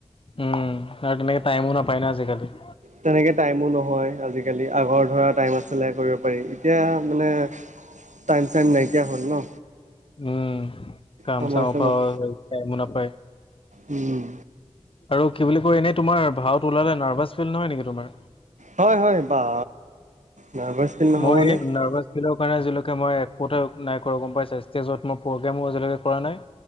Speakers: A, on the left; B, on the right.
A: উম কাৰণ তুমি টাইমো নাপায় ন আজি-কালি।
B: তেনেকে টাইমো নহয় আজি-কালি। আগৰ ধৰা টাইম আছিলে কৰিব পাৰি এতিয়া মানে টাইম-চাইম নাইকিয়া হল ন।
A: উম কাম
B: সময়
A: চাম
B: চময়
A: পা <unintelligible> নাপায়।
B: উম।
A: আৰু কি বুলি কয় এনেই তোমাৰ ভাওত ওলালে নাৰ্ভাচ ফিল নহয় নেকি তোমাৰ?
B: হয় হয় বা নাৰ্ভাছ ফিল নহ'বনে
A: মই নাৰ্ভাছ <unintelligible> কাৰণে আজিলৈকে মই একো এটাও নাই কৰা গম পাইছা। ষ্টেজত মই প্ৰগ্ৰেমো আজিলৈকে কৰা নাই।